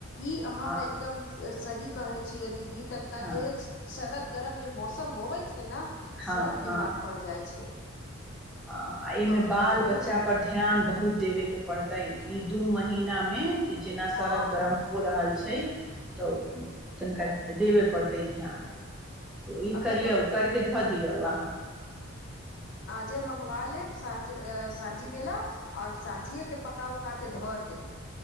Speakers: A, on the left (about 55°); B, in the centre.
A: इ अहाँ
B: हँ
A: एकदम ए सही कहै छीये। दीदी। तनका
B: हँ
A: जे सरद गरम जे मौसम होवे छै तेना
B: हँ
A: सब
B: हँ
A: बीमार पड़ि जाइ छै।
B: आ एहिमे
A: कखनो
B: बाल
A: धूप
B: बच्चा पर ध्यान बहुत देबयके पड़तै। इ दु महीना मे इ जेना सरद
A: हँ
B: गरम हो रहल छै। त तनिका देबय पड़तै ध्यान।
A: तऽ
B: इ करियौ, करके ध दियौ अहां।
A: जे मंगवा लेब, सांझे अ सांझी बेला और सांझिए के पका उका के धर देब।